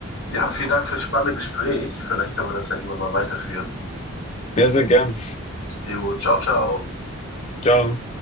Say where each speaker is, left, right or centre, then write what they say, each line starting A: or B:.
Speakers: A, on the left; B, on the left.
A: ja, vielen Dank fürs spannende Gespräch. Vielleicht kann man das ja irgendwann mal weiterführen.
B: Ja, sehr gern.
A: Jo, ciao, ciao.
B: Ciao.